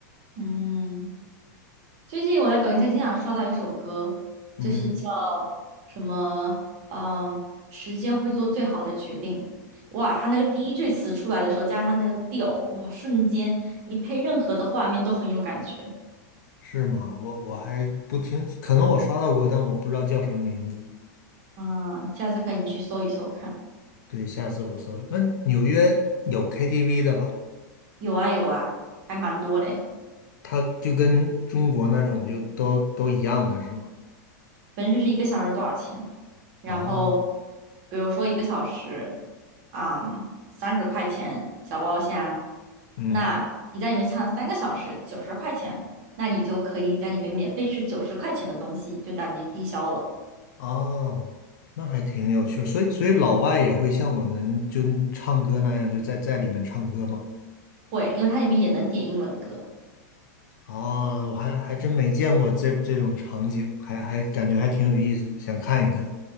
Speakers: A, on the right; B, on the left.
A: 嗯，最近我在抖音上经常刷到一首歌，
B: 嗯，
A: 就是叫什么，嗯，时间会做最好的决定。哇，他那个第一句词出来的时候，加上他那个调，哇，瞬间你配任何的画面都很有感觉。
B: 是吗？我我还不听，可能我刷到过，但我不知道叫什么名字。
A: 嗯，下次可以你去搜一搜看，
B: 对，下次我搜一下那纽约有 KTV 的吧？
A: 有啊有啊，还蛮多嘞。
B: 它就跟中国那种就都都一样的是吗？
A: 反正就是一个小时多少钱。然后
B: 哦，
A: 比如说一个小时，嗯，三十块钱小包虾，
B: 嗯。
A: 那你在里面唱三个小时，九十块钱，那你就可以在里面免费吃九十块钱的东西，就等于低消了。
B: 哦，那还挺有趣儿所以所以老外也会像我们就唱歌那样，就在在里面唱歌吗？
A: 会，因为它里面也能点英文歌。
B: 啊，我还还真没见过这这种场景，还还感觉还挺有意思的，想看一看。